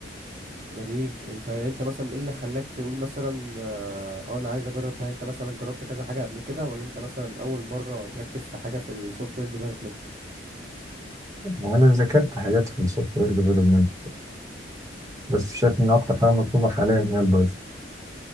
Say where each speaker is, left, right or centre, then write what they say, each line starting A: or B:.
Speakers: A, on the right; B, on the right.
A: جميل انت يعني انت مثلا ايه اللي خلاك تقول مثلا اه آه، انا عايز اجرب ده انت مثلا جربت كذا حاجه قبل كده ولا انت مثلا اول مره تركز في حاجه في السوفت وير ديفلوبمنت
B: وأنا ذاكرت حاجات في السوفت وير ديفلوبمنت بس شايف إن أكتر حاجة مطلوبة حاليا هي البايثون